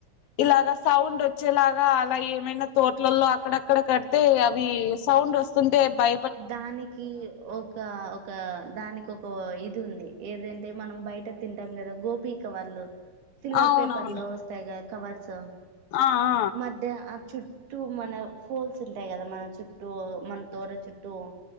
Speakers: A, on the left; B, on the right.
A: ఇలాగా సౌండ్ వచ్చేలాగా అలా ఏమైనా తోట్లల్లో అక్కడక్కడ కడితే అవి సౌండ్ వస్తుంటే బై
B: దానికీ ఒక ఒ క దానికి ఒక ఇది ఉంది ఏదంటే మనం బయట తింటాం గదా గోపీ కవర్లు సిల్వర్
A: అవునవును
B: పేపర్ లో వస్తాయి గా కవర్సు
A: ఆ ఆ
B: మధ్య ఆ చుట్ ట్టూ మన ఫోల్స్ ఉంటాయి గదా మన చుట్టూ మన తోర చుట్ ట్టూ